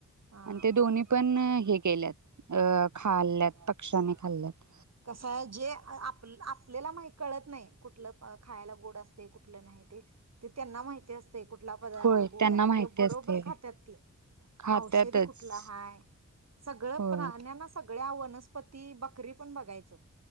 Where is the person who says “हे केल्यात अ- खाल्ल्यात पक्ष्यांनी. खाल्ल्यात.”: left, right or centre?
Right